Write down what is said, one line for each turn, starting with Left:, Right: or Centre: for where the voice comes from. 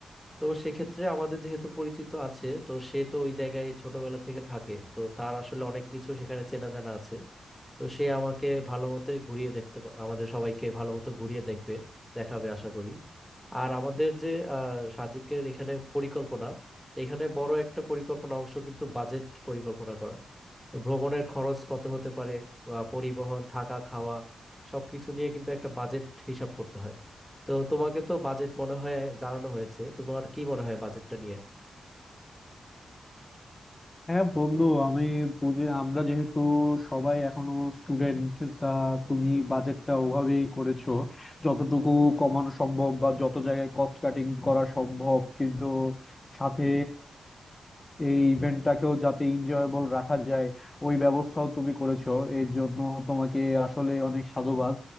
Centre: তো সেক্ষেত্রে আমাদের যেহেতু পরিচিত আছে তো সে তো ওই জায়গায় ছোটবেলা থেকে থাকে তো তার আসলে অনেক কিছু সেখানে চেনা জানা আছে তো সে আমাকে ভালো মতো ঘুরিয়ে দেখতে পা- আমাদের সবাইকে ভালো মতো ঘুরিয়ে দেখবে দেখাবে আশা করি আর আমাদের যে আহ, সাজিকের এখানে পরিকল্পনা এখানে বড় একটা পরিকল্পনা অংশ কিন্তু বাজেট পরিকল্পনা করা তো ভ্রমণের খরচ কত হতে পারে বা পরিবহন থাকা খাওয়া সবকিছু নিয়ে কিন্তু একটা বাজেট হিসাব করতে হয় তো তোমাকে তো বাজেট মনে হয় জানানো হয়েছে তোমার কি মনে হয় বাজেটটা নিয়ে
Left: হ্যাঁ বন্ধু আমি বুঝে আমরা যেহেতু সবাই এখনো স্টুডেন্ট তা তুমি বাজেটটা ওভাবেই করেছো যতটুকু কমানো সম্ভব বা যত জায়গায় কস্ট কাটিং করা সম্ভব কিন্তু সাথে এই ইভেন্টটাকেও যাতে এনজয়েবল রাখা যায় ওই ব্যবস্থাও তুমি করেছো এর জন্য তোমাকে আসলে অনেক সাধুবাদ